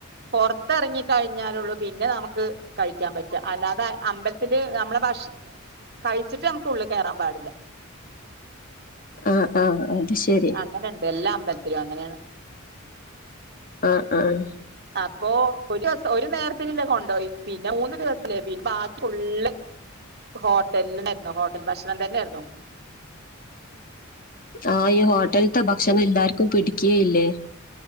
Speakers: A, on the right (about 50°); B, on the left (about 45°).
A: പോറത്തിറങ്ങി കഴിഞ്ഞാലുള്ളൂ പിന്നെ നമുക്ക് കഴിക്കാൻ പറ്റാ അല്ലാതെ അമ്പലത്തില് നമ്മളെ ഭക്ഷ കഴിച്ചിട്ട് നമുക്ക് ഉള്ളിൽ കയറാൻ പാടില്ല
B: ആ ആ അത് ശരി
A: അങ്ങനെണ്ട് എല്ലാ അമ്പലത്തിലും അങ്ങനെയാണ്
B: ആഹ ആഹ്
A: അപ്പോ ഒരു ദിവഒരുനേരത്തിനുള്ളത് കോണ്ടോയി പിന്നെ മൂന്ന് ദിവസല്ലേ പിന്നെ ബാക്കി ഫുള്ള് ഹോട്ടലിനായിരുന്നു ഹോട്ടൽ ഭക്ഷണം തന്നെയായിരുന്നു
B: ആഹ് ഈ ഹോട്ടലത്തെ ഭക്ഷണം എല്ലാർക്കും പിടിക്കുകയില്ലേ